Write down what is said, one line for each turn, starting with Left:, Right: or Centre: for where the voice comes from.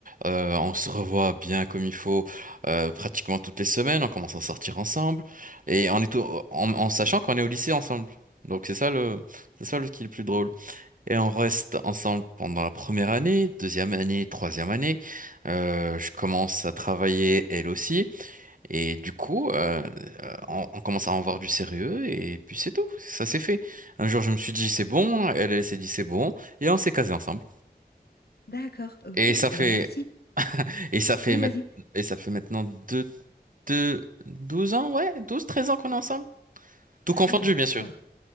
Right: euh, on se revoit bien comme il faut euh, pratiquement toutes les semaines, on commence à sortir ensemble et on est tout- en, en sachant qu'on est au lycée ensemble. Donc c'est ça le, c'est ça le qui est le plus drôle. Et on reste ensemble pendant la première année, deuxième année, troisième année. Euh, je commence à travailler elle aussi. Et du coup, euh, euh, on, on commence à en voir du sérieux. Et puis c'est tout, ça s'est fait. Un jour, je me suis dit c'est bon. Elle, elle s'est dit c'est bon. Et on s'est casé ensemble.
Left: D'accord, OK.
Right: Et
Left: Eh
Right: ça fait,
Left: ben, merci.
Right: et ça fait,
Left: Oui,
Right: mait-
Left: vas-y.
Right: et ça fait maintenant deux, deux, 12 ans, ouais, 12 13 ans qu'on est ensemble. Tout
Left: Ah
Right: confondu,
Left: ouais,
Right: bien
Left: d'accord.
Right: sûr.